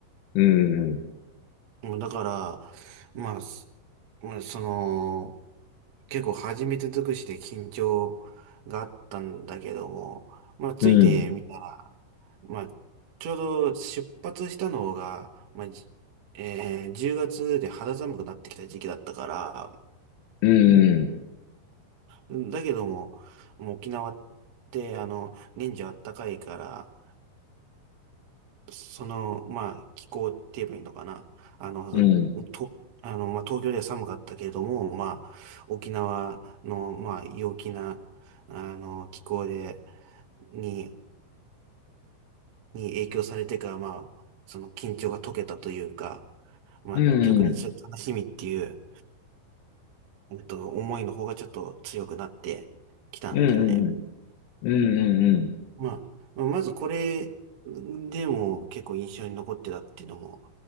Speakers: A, on the left; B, on the right.
A: うん。
B: まあだから、まあ、すまあ、その、結構初めて尽くしで緊張があったんだけども、まあ、ついてみたら、
A: うん。
B: まあ、ちょうど出発したのが、まあ、じえー10月で肌寒くなってきた時期だったから、
A: うん。
B: うんだけども、もう沖縄って、あの、年中あったかいから、その、まあ、気候って言えばいいのかな。あの、
A: うん。うん。
B: と、あの、まあ、東京では寒かったけれども、まあ、沖縄の、まあ、陽気な、あの、気候で、に、に影響されてから、まあ、その緊張が解けたというか、まあ、
A: うん。
B: 逆にちょっと楽しみっていう、えっと、思いの方がちょっと強くなってきたんだよね。
A: うん。うん。うん。うん。
B: まあ、まずこれでも結構印象に残ってたっていうのも